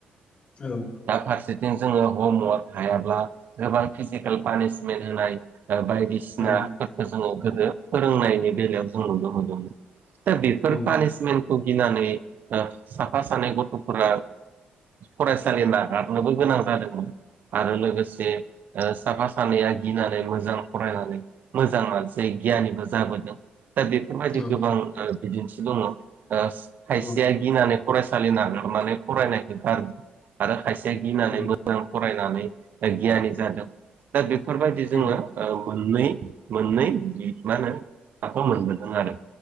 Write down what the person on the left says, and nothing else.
औ
औ
औ
औ
औ
उम
उम